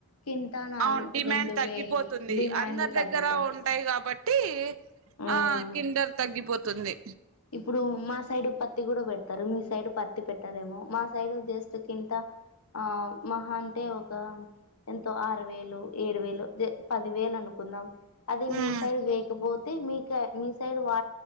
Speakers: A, on the left; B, on the right.
A: కింటా నాలు
B: అవును డిమాండ్
A: రెండు
B: తగ్గిపోతుంది
A: వేలు డిమాండ్
B: అందరి
A: తగ్గుతది.
B: దగ్గర ఉంటాయి కాబట్టి
A: ఉమ్
B: ఆ కిండర్ తగ్గిపోతుంది.
A: ఇప్పుడు మా సైడ్ పత్తి కూడా పెడతారు మీ సైడ్ పత్తి పెట్టారేమో మా సైడ్ జస్ట్ కింటా ఆ మహా అంటే ఒక ఎంతో ఆరు వేలు ఏడు వేలు జె పది వేలు అనుకుందాం. అదే
B: ఉమ్
A: మీసైడ్ వేయక పో తే మీకై మీ సైడ్ వా